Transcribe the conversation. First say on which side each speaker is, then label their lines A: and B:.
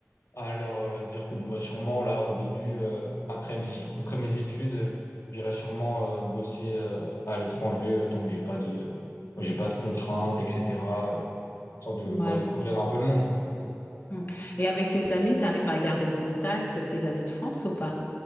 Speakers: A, on the left (about 80°); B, on the left (about 45°).
A: alors, euh, dire que bon, bah, sûrement, là, au début, euh, après mes, après mes études, euh, j'irai sûrement euh, bosser euh, à l'étranger euh, tant que j'ai pas de, j'ai pas de contraintes, etc. euh, Tant de
B: Ouais.
A: bah, découvrir un peu le monde, quoi.
B: Mm. Et avec tes amis, tu arrives à garder le contact, tes amis de France ou pas?